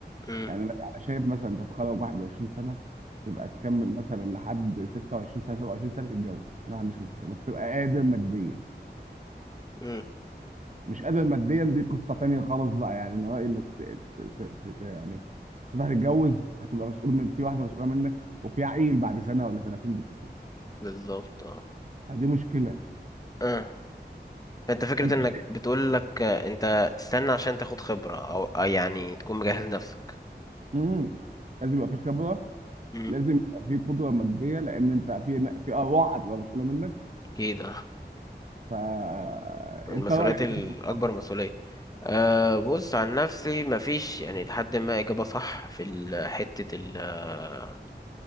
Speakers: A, on the left (about 20°); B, on the right (about 45°).
A: امم
B: يعني انا أنا شايف مثلا انت تتخرج 21 سنه يبقى تكمل مثلا لحد 26 سنه 27 سنه تتجوز انا ما عنديش مشكله بس تبقى قادر ماديا
A: امم
B: مش قادر ماديا دي قصه تانيه خالص بقى يعني انا رايي انك ت... ت... ت... ت... يعني تصدق تتجوز هتبقى مسؤول من في واحده مسؤوله منك وفي عقيل بعد سنه ولا سنتين بالكتير
A: بالظبط اه
B: دي مشكله
A: اه فانت فكرة
B: انت
A: انك بتقول لك انت تستنى عشان تاخد خبرة او آه، يعني تكون مجهز نفسك
B: امم لازم يبقى في خبره
A: امم
B: لازم يبقى في قدره ماديه لان انت في في ارواح هتبقى مسؤوله منك
A: اكيد اه
B: فانت
A: المسؤوليات
B: رايك ايه
A: الاكبر
B: في الموضوع ده؟
A: مسؤولية أه بص عن نفسي مفيش يعني لحد ما اجابة صح في ال- حتة ال- آه،